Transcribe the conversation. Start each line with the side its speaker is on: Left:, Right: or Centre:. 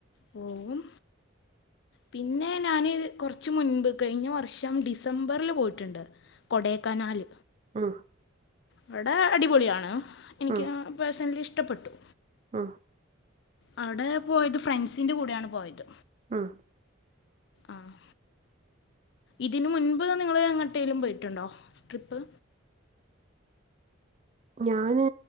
Left: പോവും പിന്നെ ഞാന് കൊറച്ച് മുൻപ് കഴിഞ്ഞ വർഷം ഡിസംബറിൽ പോയിട്ടുണ്ട് കൊടൈക്കനാല്
Right: ഉം
Left: അവിടെ അടിപൊളിയാണ് എനിക്ക്
Right: ഉം
Left: പേഴ്സണലി ഇഷ്ടപ്പെട്ടു
Right: ഉം
Left: അവിടെ പോയത് ഫ്രണ്ട്സിൻ്റെ കൂടെയാണ് പോയത്
Right: ഉം
Left: ആഹ് ഇതിന് മുൻപ് നിങ്ങള് എങ്ങട്ടേലും പോയിട്ടുണ്ടോ ട്രിപ്പ്?
Right: ഞാന്